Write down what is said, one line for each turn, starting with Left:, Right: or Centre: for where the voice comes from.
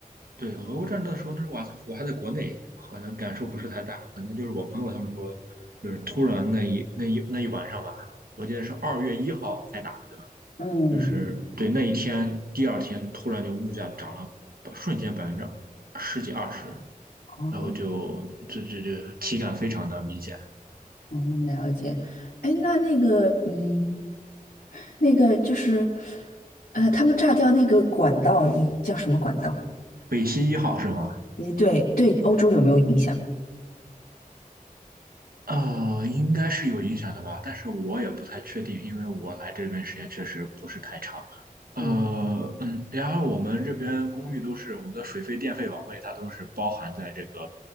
Right: 对俄乌战争的时候，那时候我还我还在国内，可能感受不是太大，可能就是我朋友他们说，就是突然那一那一那一晚上吧，我记得是二月一号才打的，对吧？
Left: 嗯，
Right: 就是对那一天，第二天突然就物价涨了，瞬间百分之十几二十，
Left: 哦，
Right: 然后就这这这体感非常的明显。
Left: 哦，了解。哎，那那个，嗯，那个就是，呃，他们炸掉那个管道，那叫什么管道？
Right: 北溪一号是吗？
Left: 诶，对对，欧洲有没有影响？
Right: 呃，应该是有影响的吧，但是我也不太确定，因为我来这边时间确实不是太长。呃，
Left: 嗯，
Right: 嗯，然后我们这边公寓都是我们的水费、电费、网费，它都是包含在这个